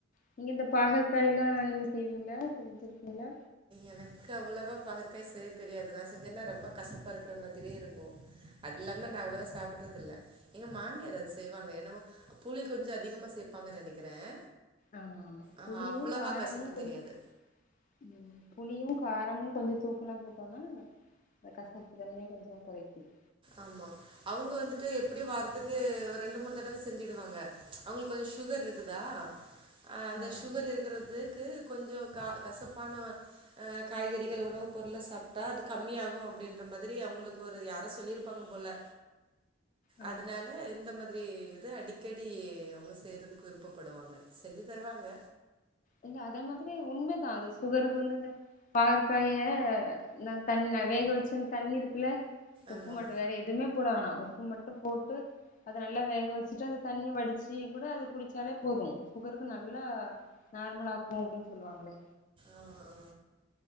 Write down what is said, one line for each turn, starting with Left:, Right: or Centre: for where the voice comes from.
Left: நீங்க இந்த பாகக்காய் எல்லாம் நீங்க செய்வீங்களா செஞ்சிருக்கீங்களா
Right: எனக்கு அவ்ளோவா பகற்காய் செய்ய தெரியாது நான் செஞ்சேன்னா ரொம்ப கசப்பா இருக்கிற மாதிரியே இருக்கும். அது இல்லாம நான் அவ்ளோவா சாப்பிடறதுல்ல. எங்க மாமியார் அது செய்வாங்க என்னமோ புளி கொஞ்சம் அதிகமா சேப்பாங்கன்னு நினைக்கிறேன்.
Left: ஆமா ஆமா
Right: ஆஹ்,
Left: புளியும்
Right: அவ்வளவா
Left: காரமும்
Right: கசப்பு
Left: கொஞ்சோ
Right: தெரியாது
Left: ம் புளியும் காரமும் கொஞ்சோ தூக்கலா போட்டோம்னா அந்த கசப்பு தன்மைய கொஞ்சோ குறைக்குது
Right: ஆமா அவுங்க வந்துட்டு எப்டியும் வாரத்துக்கு ஒரு ரெண்டு மூணு தடவ செஞ்சுடுவாங்க. அவுங்களுக்கு கொஞ்சோ சுகர் இருக்குதா அந்த
Left: ஆ
Right: சுகர் இருக்கிறதுக்கு கொஞ்சோ க கசப்பான அ காய்கறிகள் உணவுப் பொருள்ளா சாப்ட்டா அது கம்மியாகும்.. அப்டின்ற மாதிரி அவங்களுக்கு ஒரு யாரோ சொல்லியிருப் ப்பாங்க போல
Left: ஆ
Right: அதனால இந்த மாதிரி எது அடிக்கடி அவுங்க செய்கிறதுக்கு விருப்பப்படுவாங்க செஞ்சு தருவாங்க.
Left: இல்ல அதே மாதிரி உண்மதான் அது சுகருக்கு வந்து இது பாகற்காய இந்த தண்ணி நான் வேக வச்சு அந்த தண்ணி இருக்குல, உப்பு
Right: ஆமா
Left: மட்டும் வேற எதுவுமே போட வோனா உப்பு மட்டும் போட்டு அத நல்லா வேக வச்சுட்டு அந்த தண்ணி வடிச்சு கூட அது குடிச்சாலே போதும் சுகருக்கு நல்லா நார்மலா ஆக்கும் அப்டின்னு சொல்லுவாங்களே
Right: ஆ ஆ